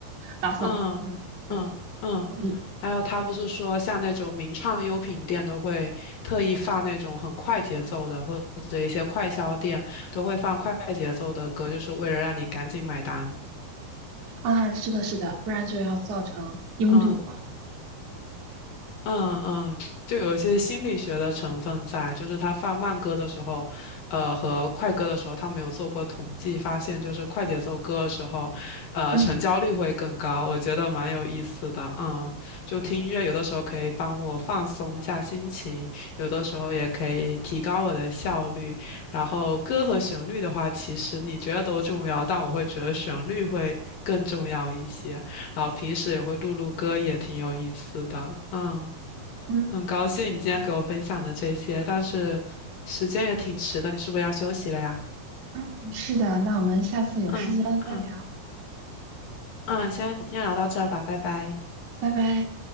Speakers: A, on the right (about 50°); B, on the left (about 70°).
A: 打扫，
B: 嗯嗯嗯。
A: 嗯，对，同意。
B: 还有他不是说像那种名创优品店都会特意放那种很快节奏的，或者一些快销店都会放快节奏的歌，就是为了让你赶紧买单。
A: 啊，是的，是的，不然就要造成拥堵了。
B: 嗯嗯嗯，就有一些心理学的成分在，就是他放慢歌的时候，呃，和快歌的时候，他没有做过统计，发现就是快节奏歌的时候，呃，
A: 嗯
B: 成交率会更高，我觉得蛮有意思的，嗯，就听音乐有的时候可以帮我放松一下心情，有的时候也可以提高我的效率，然后歌和旋律的话，其实你觉得都重要，但我会觉得旋律会更重要一些，然后平时也会录录歌，也挺有意思的，嗯。
A: 嗯，
B: 很高兴你今天给我分享的这些，
A: 明白。
B: 但是时间也挺迟的，你是不是要休息了呀？
A: 嗯，是的，那我们下次有时间再聊，
B: 嗯嗯嗯，先先聊到这儿吧，拜拜。
A: 拜拜。